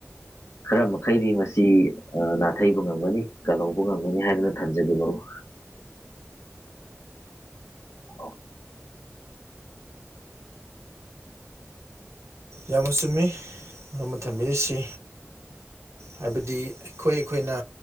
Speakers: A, on the left; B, on the right.
A: ꯈꯔ ꯃꯈꯩꯗꯤ ꯃꯁꯤ ꯅꯥꯊꯩꯕ ꯉꯝꯒꯅꯤ ꯀꯜꯍꯧꯕ ꯉꯝꯒꯅꯤ ꯍꯥꯏꯗꯅ ꯊꯝꯖꯒꯦ ꯃꯔꯨꯞ ꯎꯀꯣ
B: ꯌꯥꯝꯅ ꯆꯨꯝꯃꯤ ꯃ ꯑꯃ ꯊꯝꯕꯤꯔꯤꯁꯤ ꯍꯥꯏꯕꯗꯤ ꯑꯩꯈꯣꯏ ꯑꯩꯈꯣꯏꯅ